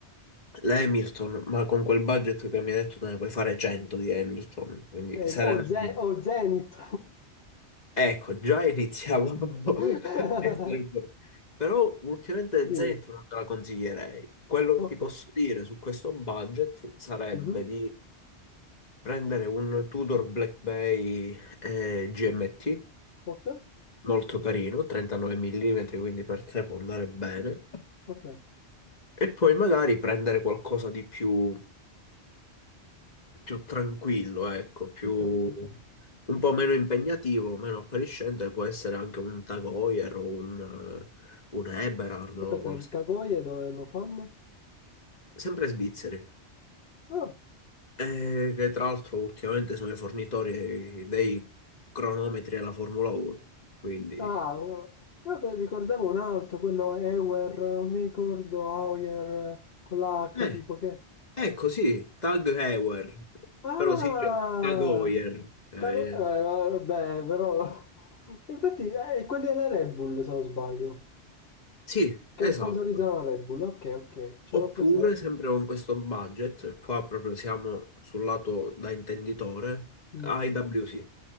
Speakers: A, on the left; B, on the left.
A: l'Hamilton, ma con quel budget che mi hai detto te ne puoi fare 100 di Hamilton, quindi
B: Eh,
A: serenamente.
B: o, Ze- o Zenith.
A: Ecco, già iniziamo <laughs> a
B: <laughs>
A: essere un po'. Però ultimamente
B: Dimmi.
A: Zeta non te la consiglierei. Quello
B: Ok.
A: che ti posso dire su questo budget sarebbe
B: Mhm.
A: di prendere un Tudor Black Bay eh, GMT
B: Ok,
A: molto carino, 39 mm, quindi per te può andare bene.
B: ok.
A: E poi magari prendere qualcosa di più, più tranquillo, ecco, più,
B: Ho capito.
A: un
B: ho capito.
A: po' meno impegnativo, meno appariscente, può essere anche un Tag Heuer o un, eh, un Eberhard o
B: Aspetta,
A: qualsiasi.
B: il Tagoie dove lo fanno?
A: Sempre svizzeri,
B: Ah.
A: Eh, che tra l'altro ultimamente sono i fornitori dei cronometri alla Formula 1, quindi...
B: Ah, oh. Vabbè, ricordavo un altro, quello Ewer, non mi ricordo, Auer, con la H,
A: Eh.
B: tipo che...
A: Ecco, sì, Tag Heuer,
B: Ah!
A: però sì, cioè, Tag Heuer, eh,
B: Taco- eh, vabbè, però... <laughs> Infatti, eh, quelli della Red Bull, se non sbaglio,
A: sì,
B: che
A: esatto.
B: sponsorizzano la Red Bull, ok, ok, ce
A: Oppure,
B: l'ho presente.
A: sempre con questo budget, e qua proprio siamo sul lato da intenditore,
B: Mm.
A: AEWC,